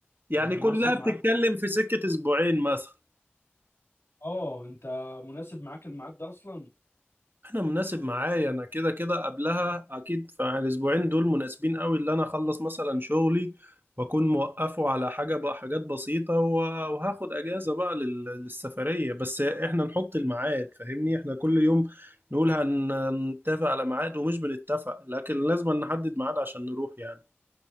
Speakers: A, on the right; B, on the left.
A: يعني
B: م-
A: كلها
B: مناسب معاك
A: بتتكلم في سكه اسبوعين مثلا
B: آه أنت مناسب معاك الميعاد ده أصلا
A: انا مناسب معايا انا كده كده قبلها اكيد فالاسبوعين دول مناسبين قوي اللي انا اخلص مثلا شغلي واكون موقفه على حاجه بقى حاجات بسيطه و- وهاخد اجازه بقى لل- للسفريه بس احنا نحط الميعاد فاهمني احنا كل يوم نقول هنتفق على ميعاد ومش بنتفق لكن لازم نحدد ميعاد عشان نروح يعني